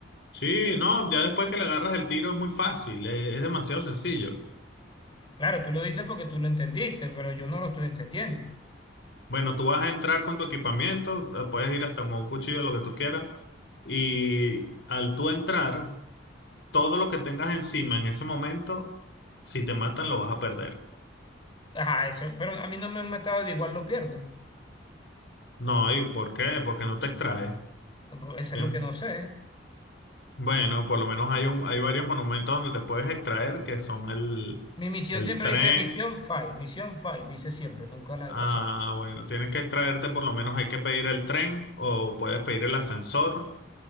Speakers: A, on the left; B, on the left.
A: Sí, no, ya después que le agarras el tiro es muy fácil, eh, es demasiado sencillo.
B: Claro, tú lo dices porque tú lo entendiste, pero yo no lo estoy entendiendo.
A: Bueno, tú vas a entrar con tu equipamiento, eh, puedes ir hasta con un cuchillo, lo que tú quieras, y al tú entrar, todo lo que tengas encima en ese momento, si te matan, lo vas a perder.
B: Ajá, eso, pero a mí no me han matado, de igual lo pierdo.
A: No, ¿y por qué? Porque no te extraes.
B: Pues, Eso
A: ¿entiendes?
B: es lo que no sé.
A: Bueno, por lo menos hay un, hay varios monumentos donde te puedes extraer, que son el,
B: Mi misión
A: el
B: siempre
A: tren.
B: dice misión fail, misión fail, dice siempre, nunca la he
A: Ah,
B: pasado.
A: bueno, tienes que extraerte, por lo menos hay que pedir el tren o puedes pedir el ascensor.